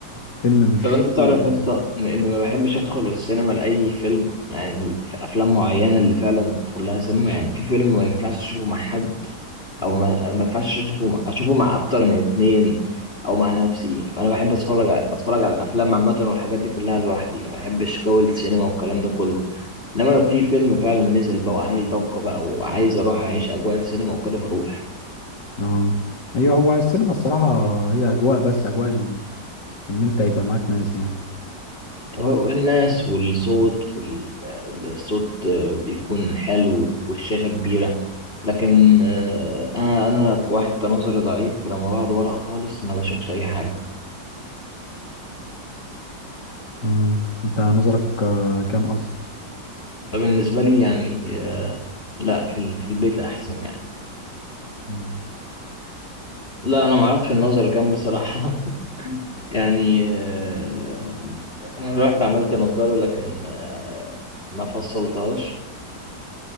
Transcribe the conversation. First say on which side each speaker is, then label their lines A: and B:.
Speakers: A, on the left (about 80°); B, on the left (about 35°).
A: الفيلم مش
B: طب أنت تعرف
A: حلو أوي.
B: يا اسطى إن إن ما بحبش أدخل السينما لأي فيلم يعني في أفلام معينة اللي فعلا أدخل لها سينما يعني في فيلم ما ينفعش أشوفه مع حد او ما, ما ينفعش اشوفه مع- اشوفه مع اكتر من اتنين او مع نفسي وانا بحب اتفرج ع- بتفرج على الافلام عامه والحاجات دي كلها لوحدي ما بحبش جو السينما والكلام ده كله انما لو في فيلم فعلا نزل بقى وعامل ضجه بقى وعايز اروح اعيش اجواء السينما وكده بروح
A: اه ايوه هو السينما الصراحة هي اجواء بس اجواء ال... ان انت يبقى معاك ناس يعني
B: والناس والصوت والصوت بيكون حلو والشاشه كبيره لكن آه، انا انا واحد كنظري ضعيف فلما بقعد ورا خالص ما بشوفش اي حاجه
A: اه انت نظرك آه، كام اصلا
B: بالنسبة لي يعني آه، لا في ال- في البيت أحسن يعني
A: مم.
B: لا أنا ما أعرفش النظر كام بصراحة <laughs> يعني آه، أنا رحت عملت نضارة لكن آه، ما فصلتهاش